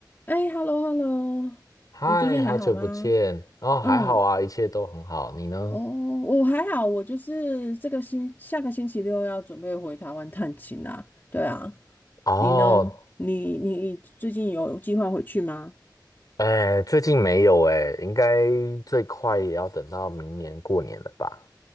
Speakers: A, on the left (about 25°); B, on the left (about 55°).
A: 哎，hello hello，
B: 嗨，
A: 你最近还好吗？
B: 好久不见。哦，
A: 嗯，
B: 还好啊，一切都很好。你呢？
A: 哦，我还好，我就是这个星下个星期六要准备回台湾探亲啊。对啊，
B: 哦，
A: 你呢？你你你最近有计划回去吗？
B: 哎，最近没有哎，应该最快也要等到明年过年了吧？